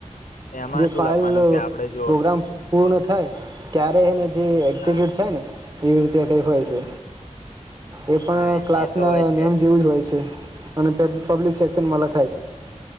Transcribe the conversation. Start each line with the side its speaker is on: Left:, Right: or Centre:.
Left: એમાં
Right: જે
Left: શું
Right: ફાઇલ
Left: લખવાનું
Right: અહ
Left: કે આપડે જો
Right: પ્રોગ્રામ પૂર્ણ થાય ત્યારે એને જે એક્ઝિક્યુટ
Left: હા
Right: થાય ને તે એવી રીતે કઈક હોય છે. એ પણ
Left: હા
Right: ક્લાસ
Left: એ તો
Right: ના
Left: હોય જ છે
Right: નેમ જેવું જ હોય છે. અને પબ્લિક સેક્શનમાં લખાય છે.